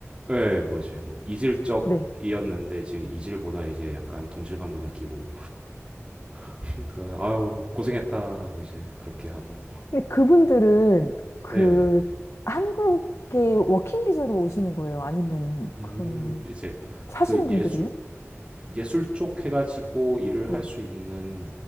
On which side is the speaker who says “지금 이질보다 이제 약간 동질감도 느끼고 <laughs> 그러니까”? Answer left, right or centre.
Right